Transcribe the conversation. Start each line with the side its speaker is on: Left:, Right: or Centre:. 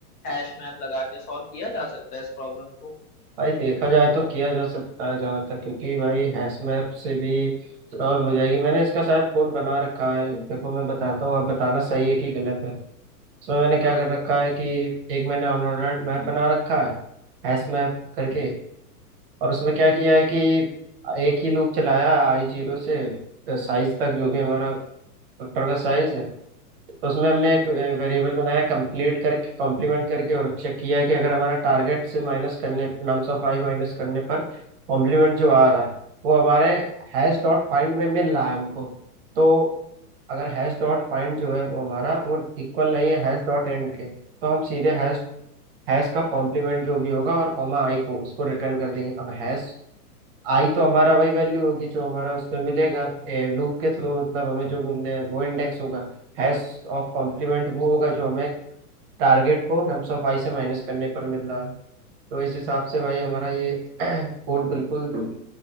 Left: हैश मैप लगा के सॉल्व किया जा सकता है इस प्रॉब्लम को
Right: भाई देखा जाए तो किया जा सकता है जहाँ तक क्योंकि भाई हैश मैप से भी सॉल्व हो जाएगी मैंने इसका शायद कोड बना रखा है देखो मैं बताता हूँ आप बताना सही है कि गलत है इसमें मैंने क्या
Left: हाँ
Right: कर
Left: बिल्कुल
Right: रखा है कि एक मैंने अनऑर्डर्ड मैप बना रखा है हैश मैप करके और उसमें क्या किया है कि एक ही लूप चलाया आई जीरो से साइज तक जो भी हमारा वेक्टर का साइज है तो उसमें हमने एक वेरिएबल बनाया कंप्लीट करके कॉम्प्लीमेंट करके और चेक किया कि अगर हमारा टारगेट से माइनस करने नम्स ऑफ i माइनस करने पर कॉम्प्लीमेंट जो आ रहा है वो हमारे हैश डॉट फाइंड में मिल रहा है हमको तो अगर हैश डॉट फाइंड जो है वो हमारा वो इक्वल नहीं है हैश डॉट एंड के तो हम सीधे हैश हैश का कॉम्प्लीमेंट जो भी होगा और कॉमा i को उसको रिटर्न कर देंगे अब हैश आई तो हमारा वही वैल्यू होगी जो हमारा उसमें मिलेगा लूप के थ्रू मतलब हमें जो मिलने हैं, वो इंडेक्स होगा हैश ऑफ कॉम्प्लीमेंट वो होगा जो हमें टारगेट को नम्स ऑफ आई से माइनस करने पर मिल रहा है तो इस हिसाब से भाई हमारा ये <clears throat> कोड बिल्कुल